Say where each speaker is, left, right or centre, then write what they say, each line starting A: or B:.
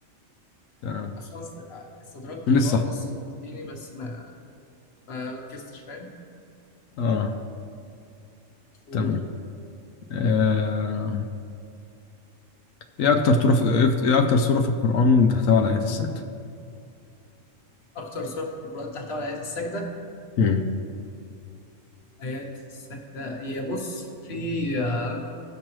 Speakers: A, on the left (about 80°); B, on the left (about 55°).
A: تمام
B: أصلا است- استدركت
A: من
B: اللي
A: الصح
B: هو النص الديني بس ما, ما ركزتش فاهم؟
A: اه
B: قول.
A: تمام آه. ايه اكتر تورة في... ايه اكتر سورة في القرآن تحتوي على آيات السجدة؟
B: أكتر سورة في القرآن تحتوي على آية السجدة
A: امم
B: هي السجدة هي بص في آه،